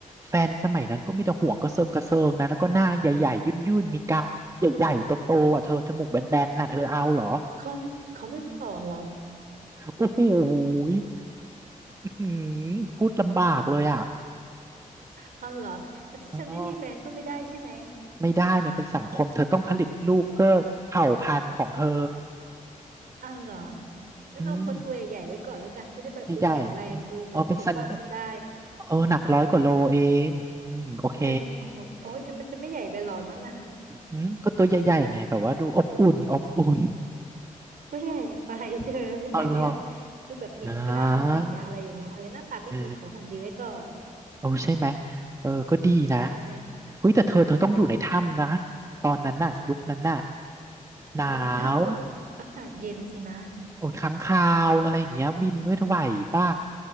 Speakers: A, on the right; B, on the right.
A: แฟนสมัยนั้นก็มีแต่หัวกระเซิงกระเซิงนะแล้วก็หน้าใหญ่ๆยุ่นๆมีกรามใหญ่ๆโตๆอ่ะเธอจมูกแบนๆน่ะเธอเอาเหรอ
B: เขาเขาไม่สอนเหรอ
A: โอ้โหยอื้อหือพูดลำบากเลยอ่ะ
B: เอาเหรอแล้วถ้าฉันไม่มีแฟนก็ไม่ได้ใช่ไหม
A: อ๋อไม่ได้มันเป็นสังคมเธอต้องผลิตลูกเพื่อเผ่าพันธุ์ของเธอ
B: เอาเหรองั้นเอาคนตัวใหญ่ๆไว้ก่อนแล้วกันจะได้แบบดูแข็งแรงดูแบบปกป้องฉันได้
A: อืมใหญ่ๆเออเป็นสันเออหนักร้อยกว่าโลเองอืมโอเค
B: เธอมันโอ้โหโอ้ยมันจะไม่ใหญ่ไปเหรอนั่นน่ะ
A: อืมก็ตัวใหญ่ๆไงแบบว่าดูอบอุ่นอบอุ่น
B: ก็ใหญ่ไปเธอฉันอยากได้แบบ
A: อ๋อเหรอ
B: ดูแบบมีกล้ามเนื้ออะไรอย่างเงี้ยเออหน้าตาไม่ดีขอหุ่นดีไว้ก่อน
A: อ่าเออโอ้ใช่ไหมเออก็ดีนะ
B: ใช่
A: เฮ้ยแต่เธอเธอต้องอยู่ในถ้ำนะตอนนั้นน่ะยุคนั้นน่ะหนา
B: โอ้ยในถ้ำก็อาอากาศเย็นสินะ
A: วโอ้ยค้างคาวอะไรอย่างเงี้ยบินด้วยไหวป่ะ